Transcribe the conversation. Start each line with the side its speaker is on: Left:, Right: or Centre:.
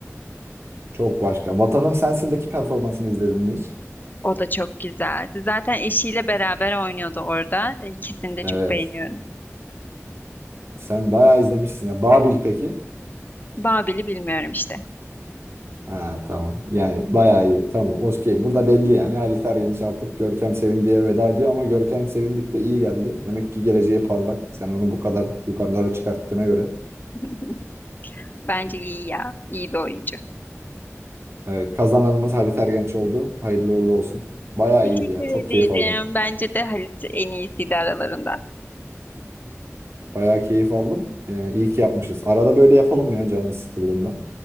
Right: Çok başka. Vatanım Sensin'deki performansını izledin mi hiç?
Left: O da çok güzeldi. Zaten eşiyle beraber oynuyordu orada. E, İkisini de
Right: Evet.
Left: çok beğeniyorum.
Right: Sen bayağı izlemişsin ya. Babil peki?
Left: Babil'i bilmiyorum işte.
Right: Ha tamam. Yani bayağı iyi. Tamam. Okey. Burada belli yani. Halit Ergenç artık Görkem Sevindi'ye veda ediyor ama Görkem Sevindik de iyi geldi. Demek ki geleceği parlak. Sen onu bu kadar yukarılara çıkarttığına göre.
Left: <laughs> Bence iyi ya. İyi bir oyuncu.
Right: Evet. Kazananımız Halit Ergenç oldu. Hayırlı uğurlu olsun. Bayağı
Left: Teşekkür
Right: iyiydi ya.
Left: ederim.
Right: Çok keyif aldım.
Left: Bence de Halit en iyisiydi aralarında.
Right: Bayağı keyif aldım. Ee, iyi ki yapmışız. Arada böyle yapalım ya canımız sıkıldığında.